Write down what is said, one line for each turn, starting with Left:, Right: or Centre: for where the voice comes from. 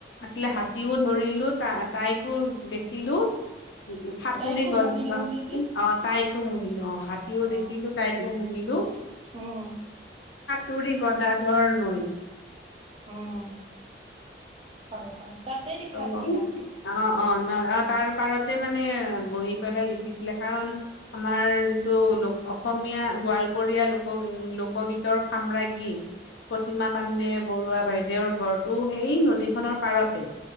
Left: আছিলে, হাতীও ধৰিলো তাই তাইকো কিলো, ফাতুৰি
Right: তাইকো
Left: গন্ধ
Right: মহিলো নেকি?
Left: অ, তাইকো মুহিলো অ'। হাতীও দেখিলো
Right: অ',
Left: তাইকো মুুনিলো।
Right: উম,
Left: তুৰিব দাধৰ নৈ
Right: উম, হয়, হয় তাতে লিখা
Left: অ
Right: নেকি গানটো।
Left: অ অ, ন, অ, তাৰ পাৰতে মানে বহি পেলাই লিখিছিলে কাৰণ আমাৰ তটো, লোক অসমীয়া গোৱালপৰীয়া লোক। উ, লোকগীতৰ সাম্ৰাজ্ঞী প্ৰতিমা পাণ্ডে বৰুৱা বাইদে দেৰ ঘৰটো সেই নদীখনৰ পাৰতে